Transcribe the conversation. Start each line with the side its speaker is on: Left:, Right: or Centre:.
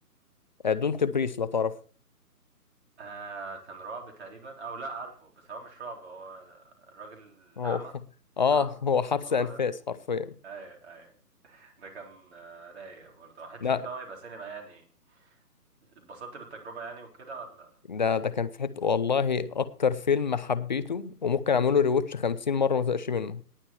Left: دونت بريس لو تعرفه
Right: آه كان رعب تقريبا او لا عارفه بس هو مش رعب هو الراجل الأعمى
Left: هو <laughs> اه
Right: صح
Left: هو حبس
Right: هو
Left: انفاس
Right: ده
Left: حرفيا
Right: ايوه ايوه ده كان آه رايق برضه حتة
Left: لا
Right: ان هو يبقى سينما يعني اتبسطت بالتجربة يعني وكده ولا
Left: ده ده كان في حته والله اكتر فيلم حبيته وممكن اعمله ريواتش 50 مره ما ازهقش منه